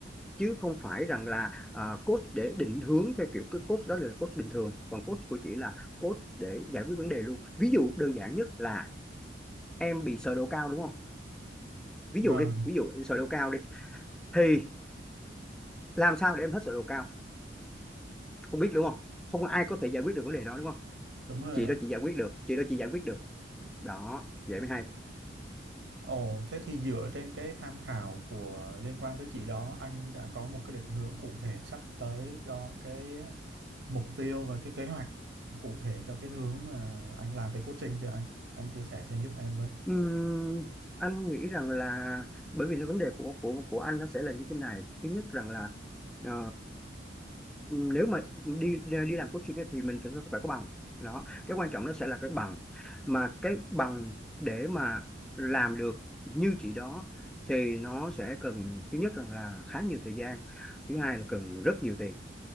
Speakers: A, in the centre; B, on the right (about 80°).
A: chứ không phải rằng là ờ, coach để định hướng theo kiểu cái coach đó là coach bình thường còn coach của chị là coach để giải quyết vấn đề luôn ví dụ đơn giản nhất là em bị sờ độ cao đúng không ví
B: vâng,
A: dụ đi ví dụ sờ độ cao đi thì làm sao để em hết sờ độ cao không biết đúng không không ai có thể giải quyết được vấn đề đó đúng không
B: đúng rồi.
A: chị đó
B: ạ.
A: chị giải quyết được chị đó chị giải quyết được đó vậy mới hay
B: Ồ, thế thì dựa trên cái tham khảo của liên quan tới chị đó, anh đã có một cái định hướng cụ thể sắp tới cho cái mục tiêu và cái kế hoạch cụ thể cho cái hướng mà anh làm về coaching chưa anh? Anh chia sẻ thêm giúp em với.
A: Ừm, anh nghĩ rằng là bởi vì cái vấn đề của của của anh nó sẽ là như thế này thứ nhất rằng là ờ, nếu mà đi đi làm coaching ấy, thì mình phải phải có bằng đó cái quan trọng nó sẽ là cái bằng mà cái bằng để mà làm được như chị đó thì nó sẽ cần thứ nhất rằng là khá nhiều thời gian thứ hai là cần rất nhiều tiền